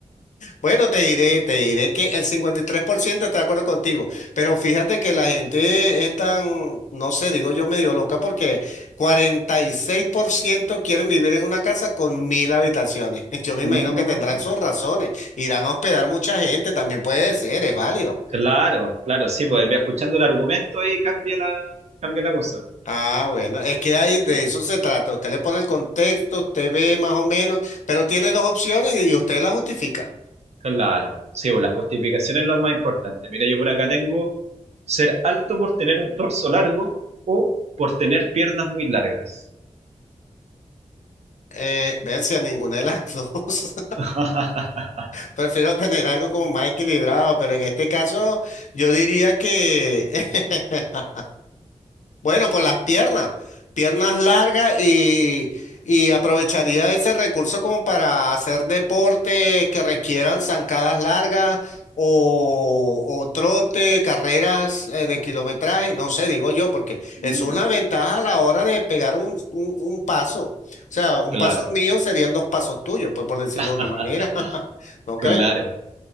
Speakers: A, on the left; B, on the right.
A: Bueno, te diré, te diré que el 53% está de acuerdo contigo, pero fíjate que la gente es tan, no sé, digo yo medio loca porque 46% quieren vivir en una casa con mil habitaciones. <laughs> Yo me
B: Mm.
A: imagino que tendrán sus razones, irán a hospedar mucha gente, también puede ser, es válido.
B: Claro, claro, sí, pues escuchando el argumento ahí cambia la, cambia la cosa.
A: Ah, bueno, es que ahí de
B: Eh,
A: eso se trata. Usted le pone el contexto, usted ve más o menos, pero tiene dos opciones y usted la justifica.
B: Claro, sí, pues la justificación es lo más importante. Mira, yo por acá tengo ser alto por tener un torso largo o por tener piernas muy largas.
A: Eh, ver si a ninguna de las <laughs> dos.
B: <laughs>
A: Prefiero tener algo como más equilibrado, pero en este caso yo diría que, <laughs> bueno, pues las piernas, piernas largas y, y aprovecharía ese recurso como para hacer deportes que requieran zancadas largas o, o trote, carreras eh, de kilometraje, no sé, digo yo, porque
B: Mm.
A: es una ventaja a la hora de pegar un, un un paso. O sea, un
B: Claro,
A: paso mío serían dos pasos tuyos, pues por decirlo
B: <laughs>
A: de una manera, <laughs> ¿no
B: claro.
A: crees?